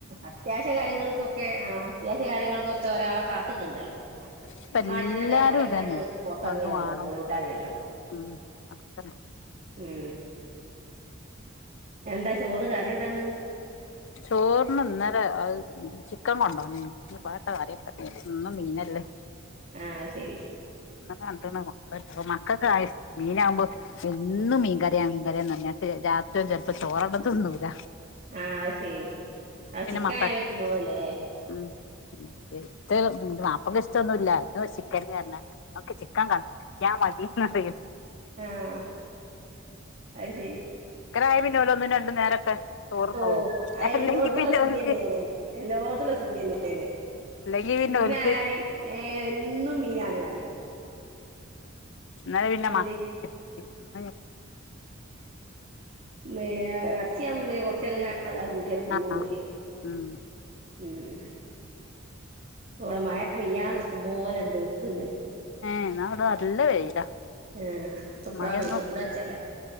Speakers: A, on the right; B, on the left.
A: അത്യാവശ്യ കാര്യങ്ങൾക്കൊക്കെ ആഹ് അത്യാവശ്യ കാര്യങ്ങൾക്കൊക്കെ ഒരാളെ കാ ത്ത് കണ്ടല്ലോ
B: ഇപ്പ
A: നമ്മള
B: എല്ലാരും
A: ആവിശ്യത്തിനൊക്കെ നമ്മക്ക്അങ്ങനട്
B: ഇതന്നെ
A: പുറത്തറങ്ങി
B: പെണ്ണും
A: പോ
B: ആണും
A: പോയൂട്ടാത്യല്ലോ
B: ഉം അക്ക
A: ഉം എന്താ ചോറ്ന് കറിയെന്താന്ന്
B: ചോറിന് ഇന്നേലെ ചിക്കൻ കൊണ്ടോ നീ ഞ് പ്പാട്ടഅറിക്കണ്ട്യരു ന്നും മീനല്ലേ
A: ആഹ് അഹ് ശരി
B: <unintelligible> മക്കക്കായി മീനാഉമ്പോ എന്നും മീൻകറിയ മീൻകറിയാന്നർഞാട്ട് രാത്രി ചെൽപ്പോ ചോറണ്ടതിന്നൂല്ല
A: ആഹ് ശേ ആ ചിക്കൻആയ
B: മത്ത
A: തിന്നോളല്ലോലേ
B: ഉം ഇഷ്ട ന്റെ മാപ്പക്ക ഇഷ്ടൊന്നുല്ല ന്നോര് ചിക്കന് അർഞാട്ട് ഓക്ക്‌ ചിക്കൻ ക കിട്ടിയാൽ മതിന്നറിം
A: ആഹ് അയ് ശരി
B: ക്കരായ പിന്നെ ഒരോന്ന് രണ്ട്‌ നേരൊക്കെ ചോറ്ന്നോളും
A: ഓഹ് അയ്
B: അല്ലെങ്കി
A: എല്ലോട്ത്തുള്ള
B: പിന്നെ
A: സ്ഥിതി
B: ഓൽക്ക്
A: തന്നെയാണ് എല്ലോട്ത്തുള്ള സ്ഥിതി തന്നെയാണ്
B: ഇല്ലെങ്കി പിന്നെ
A: മീനായാല്
B: ഓൽക്ക്
A: ഏ എന്നും മീനാണ് അറിം
B: ന്നാ പിന്നെ
A: അല്ലേ
B: <inaudible>
A: മേ ഇറച്ചിയാഉമ്പോ പിന്നെ കുറച്ചൊക്കെങ്ങന അഹ് കൂട്ട്യാട് തിന്നോളോല്
B: ആഹ് ഉം
A: ഉം ഉം ഇവിടെ മഴ പെയ്യാ നിക്കുപോലെണ്ട് നിക്ണ്ട്
B: ഏഹ് ഇന്നാ ഇവടെ നല്ല വെയിലാ
A: ഏഹ് ഇപ്പ ഇപ്പളാ
B: മഴൊന്നും
A: പെയ്തെ കൂട് വെച്ചേല